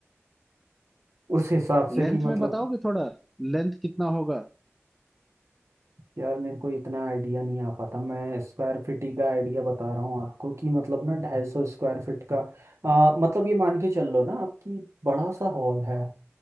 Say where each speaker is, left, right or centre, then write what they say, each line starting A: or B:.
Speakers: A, on the right; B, in the centre.
A: उस हिसाब
B: लेंथ
A: से कि मतलब
B: में बताओगे थोड़ा लेंथ कितना होगा
A: यार मेरे को इतना आइडिया नहीं आ पाता मैं स्क्वायर फीट ही का आइडिया बता रहा हूँ आपको कि मतलब ना ढाई सौ स्क्वायर फीट का आ, मतलब ये मान के चल लो ना आपकी बड़ा सा हॉल है